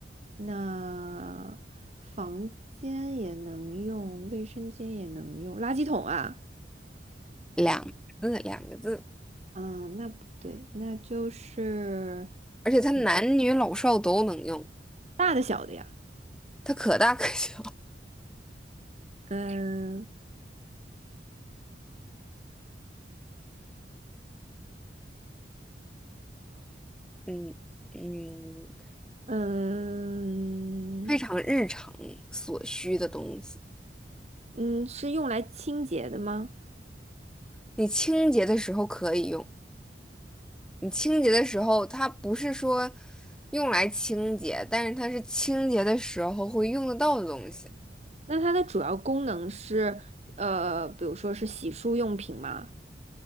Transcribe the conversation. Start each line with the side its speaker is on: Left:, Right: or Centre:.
Right: 那房间也能用，卫生间也能用，垃圾桶啊。
Centre: 两个字，两个字，
Right: 嗯，那不对，那就是
Centre: 而且它男女老少都能用，
Right: 嗯大的小的呀，
Centre: 它可大可小。
Right: 嗯
Centre: 嗯嗯，
Right: 嗯
Centre: 非常日常所需的东西，
Right: 嗯，是用来清洁的吗？
Centre: 你清洁的时候可以用。你清洁的时候，它不是说用来清洁，但是它是清洁的时候会用得到的东西，
Right: 那它的主要功能是呃，比如说是洗漱用品吗？